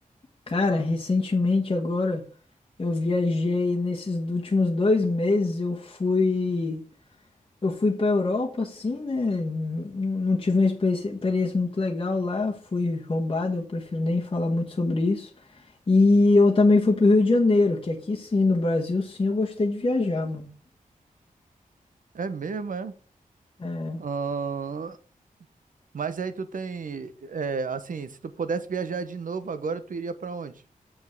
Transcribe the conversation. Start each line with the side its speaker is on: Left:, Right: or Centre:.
Left: cara, recentemente agora eu viajei nesses últimos dois meses, eu fui Eu fui pra Europa, assim, né? Não, não tive uma experi- experiência muito legal lá, fui roubado, eu prefiro nem falar muito sobre isso. E eu também fui pro Rio de Janeiro, que aqui sim, no Brasil, sim, eu gostei de viajar, mano.
Right: É mesmo, é?
Left: É,
Right: Ah, Mas aí tu tem... é, assim, se tu pudesse viajar de novo agora, tu iria pra onde?